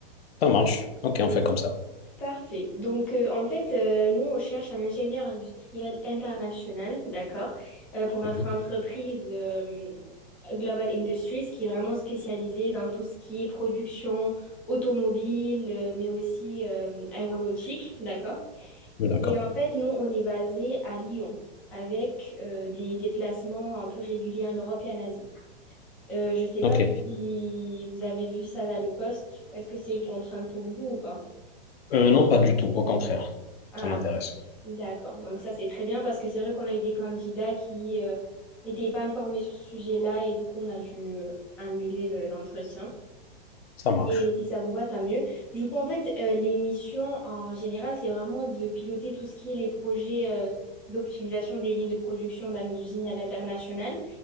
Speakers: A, on the left; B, in the centre.
A: Ça marche. Ok, on fait comme ça.
B: Parfait. Donc, euh, en fait, euh, nous, on cherche un ingénieur industriel international, d'accord, euh, pour notre
A: Mhm.
B: entreprise euh, Global Industries, qui est vraiment spécialisée dans tout ce qui est production automobile, euh, mais aussi euh, aéronautique, d'accord.
A: Oui, D'accord.
B: Et en fait, nous, on est basé à Lyon, avec euh, des déplacements un peu réguliers en Europe et en Asie. Euh, je ne sais
A: Ok.
B: pas si vous avez vu ça dans le poste. Est-ce que c'est une contrainte pour vous ou pas?
A: Euh, non, pas du tout. Au contraire.
B: Ah,
A: Ça m'intéresse.
B: D'accord, donc ça c'est très bien parce que c'est vrai qu'on a eu des candidats qui euh, n'étaient pas informés sur ce sujet-là et du coup on a dû euh, annuler le- l'entretien.
A: Ça marche.
B: Mais si ça vous va, tant mieux. Du coup, en fait, euh, les missions en général, c'est vraiment de piloter tout ce qui est les projets euh, d'optimisation des lignes de production dans nos usines à l'international